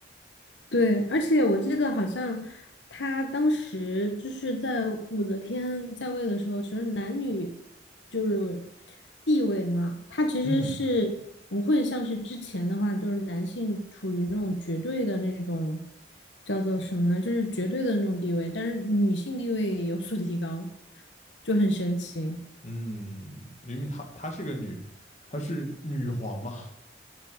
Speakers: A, on the left; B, on the left.
A: 对，而且我记得好像他当时就是在武则天在位的时候，其实男女就是地位嘛，他其实是不会像是之前的话，
B: 嗯
A: 就是男性处于那种绝对的那种叫做什么呢，就是绝对的那种地位，但是女性地位有所提高，就很神奇。
B: 嗯，因为她她是个女，她是女皇嘛，